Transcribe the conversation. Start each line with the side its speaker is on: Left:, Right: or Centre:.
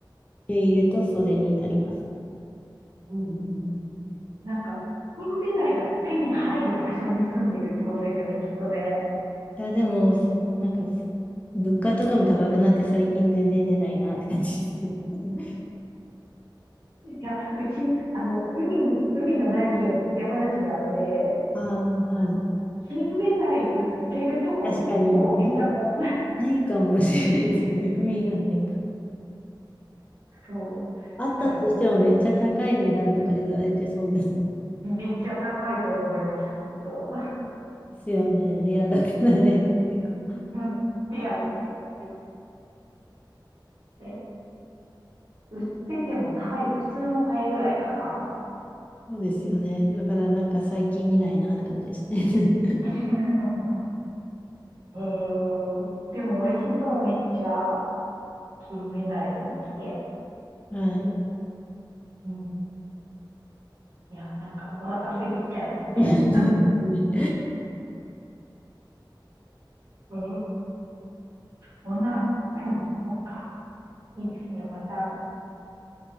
Left: 経由と袖になります。
Right: うん。なんか、の未来が手に入る場所に住んでるってことですよね、きっとね。
Left: いや、でも、なんか、物価とかも高くなって最近全然出ないなって感じです。<laughs>
Right: いや、うち、あの、海、海のない県、山梨なので、
Left: ああ、はい。
Right: 金目鯛売ってるとこ、
Left: 確かに、
Right: ほぼ見たことない。
Left: <laughs> ないかもしれないですよね。海がないから。
Right: そう。
Left: あったとしてもめっちゃ高い値段とかで売られてそうです。
Right: だから、めっちゃ高いと思います、きっと。
Left: ですよね。レアだからレアっていうか。
Right: うん。レアです、レアです。へえ。で売っててもタイ、普通のタイぐらいかな。
Left: そうですよね。だからなんか最近見ないなって感じですね。<laughs>
Right: <laughs> へえ。でも美味しそう、めっちゃ。金目鯛の煮付け。
Left: はい。
Right: うん。いや、なんかお腹空いてきちゃいますね。
Left: <laughs> そうですね。
Right: へえ。そんな、<clears throat> そっか。いいですね。また、